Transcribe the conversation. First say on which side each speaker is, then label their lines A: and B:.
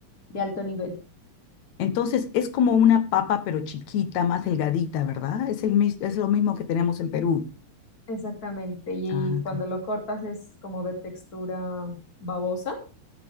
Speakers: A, on the left; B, on the left.
A: de alto nivel.
B: entonces es como una papa, pero chiquita, más delgadita, ¿verdad? Es el, mis- es lo mismo que tenemos en Perú.
A: Exactamente. Y
B: Ah, ok.
A: cuando lo cortas es como de textura babosa.